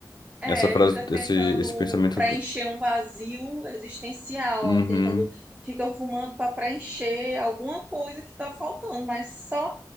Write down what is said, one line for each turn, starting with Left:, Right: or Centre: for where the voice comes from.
Right: É,
Left: essa frase,
Right: fica tentando
Left: esse, esse pensamento
Right: preencher
Left: do...
Right: um vazio existencial,
Left: Uhum.
Right: ó, tentando, fica fumando para preencher alguma coisa que está faltando, mas só